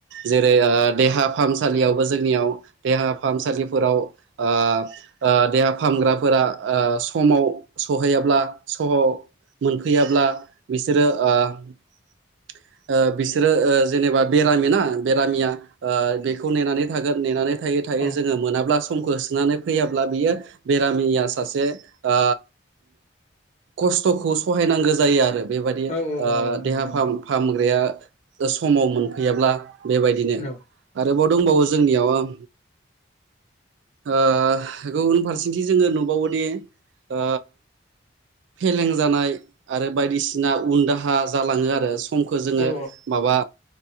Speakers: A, on the right (about 75°); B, on the left (about 35°).
A: जेरै ओ देहा फाहामसालियावबो जोंनियाव देहा फाहामसालिफोराव ओ ओ देहा फाहामग्राफोरा ओ समाव सहैयाब्ला सह' मोन फैयाब्ला बिसोरो ओ ओ बिसोरो ओ जेनेबाओ बेरामिना बेरामिया ओ बेखौ नेनानै थागोन नेनानै थायो थायो
B: औ औ
A: जोङो मोनाब्ला समखौ होसोनानै फैयाब्ला बियो बेरामिनिया सासे ओ खस्थ'खौ सहायनांगौ जायो आरो बेबायदि
B: औ औ
A: ओ देहा
B: नंगौ
A: फाहाम
B: नोंथां
A: फाहामग्राया समाव मोनफैयाब्ला बेबायदिनो
B: औ
A: आरोबाव दंबावो जोंनियाव ओं ओ गुबुन फारसेथिं जोङो नुबावोदि ओ फेलें जानाय आरो बायदिसिना उन दाहा जालाङो आरो समखौ जोङो
B: औ
A: माबा